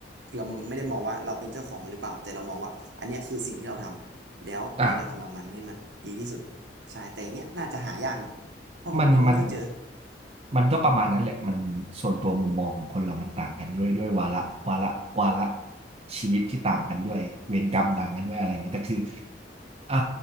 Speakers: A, on the right; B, on the right.
A: คือเราไม่ได้มองว่าเราเป็นเจ้าของมันหรือเปล่าแต่เรามองว่าอันเนี้ยคือสิ่งที่เราทำแล้วเราจะทำเอามันให้มันดีที่สุด
B: อ่ะ
A: ใช่แต่อย่างเงี้ยน่าจะหายากหน่อยเพราะผมยังไม่ค่อยเจอ
B: มันมันมันก็ประมาณนั้นแหละมันส่วนตัวมุมมองของคนเรามันต่างกันด้วยด้วยวาระวาระวาระชีวิตที่ต่างกันด้วยเวรกรรมต่างกันด้วยอะไรอย่างนี้แต่คืออ่า